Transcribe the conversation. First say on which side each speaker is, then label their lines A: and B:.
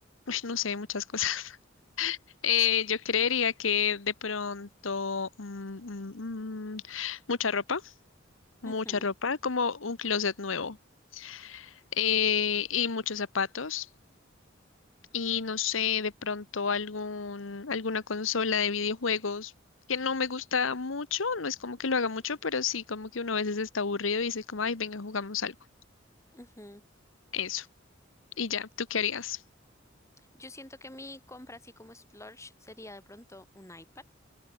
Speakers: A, on the left (about 85°); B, on the left (about 15°).
A: uy, no sé, muchas cosas. <laughs> Eh, yo creería que de pronto mm, mm, mm, mucha ropa, mucha
B: Ujú,
A: ropa, como un closet nuevo eh, y muchos zapatos. y no sé, de pronto algún, alguna consola de videojuegos que no me gusta mucho, no es como que lo haga mucho, pero sí como que uno a veces está aburrido y dice como, ay, venga, jugamos algo.
B: ujú.
A: Eso. Y ya, ¿tú qué harías?
B: Yo siento que mi compra así como splurge sería de pronto un iPad,